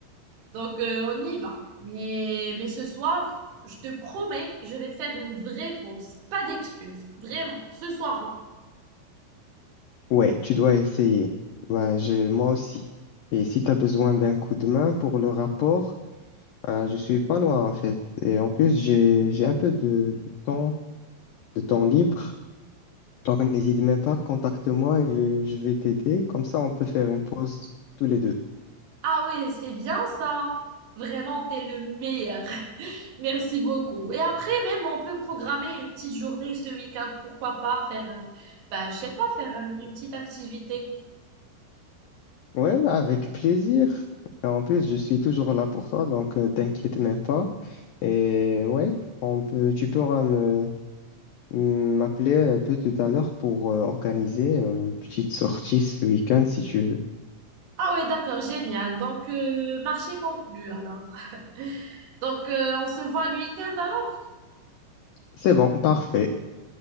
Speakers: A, on the right; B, on the left.
A: Donc, euh, on y va. Mais, mais ce soir, je te promets, je vais faire une vraie pause. Pas d'excuses. Vraiment, ce soir-là.
B: Ouais, tu dois essayer. Ben, je, moi aussi. Et si tu as besoin d'un coup de main pour le rapport, euh, je suis pas loin en fait. Et en plus, j'ai, j'ai un peu de de temps, de temps libre. Donc, n'hésite même pas, contacte-moi et je vais t'aider. Comme ça, on peut faire une pause tous les deux.
A: Ah ouais, c'est bien ça. Vraiment, t'es le meilleur. <laughs> Merci beaucoup. Et après, même, on peut programmer une petite journée ce week-end. Pourquoi pas faire, euh, bah, je sais pas, faire euh, une petite activité.
B: Ouais, ouais, avec plaisir. Et en plus, je suis toujours là pour toi, donc euh, t'inquiète même pas. Et ouais, on peut, tu pourras me mm, m'appeler un peu tout à l'heure pour euh, organiser une petite sortie ce week-end si tu veux.
A: Ah ouais, d'accord, génial. Donc, euh, marché conclu alors. <laughs> Donc, euh, on se voit le week-end alors?
B: C'est bon, parfait.